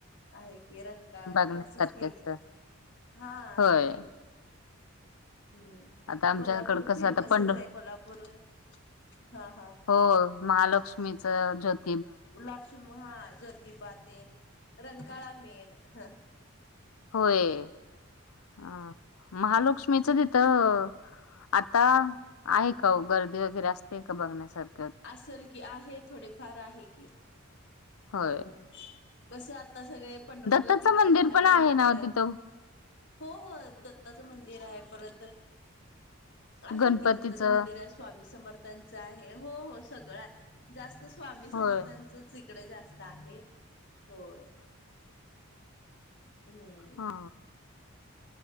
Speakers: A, on the left; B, on the left.
A: आहे की रंकाळातेन
B: बघण्यासारखेच
A: असच की इकडे हा आहे
B: होय
A: की हम्म
B: आता आमच्याकड
A: कोल्हापूर
B: कसं
A: फेमसच
B: आता पंढ
A: आहे कोल्हापूर हा हा.
B: हो. महालक्ष्मीचं ज्योत
A: लाक्ष हा ज्योतिबातेन. रंकाळा मेन ह
B: व्हय अ महालक्ष्मीच तिथं आता आहे काओ गर्दी वगैरे असते का बघण्यासारखं
A: असल की आहे थोडेफार आहे की.
B: होय
A: एवढं कस आता सगळे पंढरपूरला
B: दत्ताचं
A: तिकडं
B: मंदिर
A: जाण्यामुळं
B: पण आहे
A: हीकडं
B: ना
A: आता
B: तिथं
A: हो हो दत्ताचं मंदिर आहे परत आहे
B: गणपतीचं
A: की दत्ताचं मंदिर आहे, स्वामी समर्थ त्यांच आहे हो हो सगळं हाय जास्त स्वामी समर्थांचच
B: होय
A: इकडं जास्त आहे होय हम्म.
B: हा